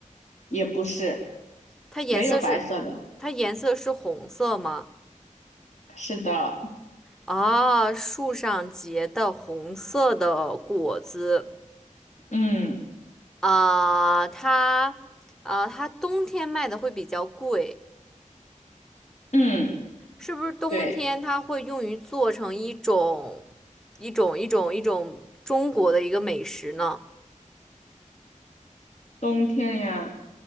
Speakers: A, on the left (about 65°); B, in the centre.
A: 也不是，
B: 它颜色是
A: 没有白色的。
B: 它颜色是红色吗？
A: 是的，
B: 啊，树上结的红色的果子
A: 嗯
B: 啊，它啊，它冬天卖的会比较贵，
A: 嗯，
B: 是不是冬天它会用于做成一种一种一种一种中国的一个美食呢？
A: 对，冬天呀，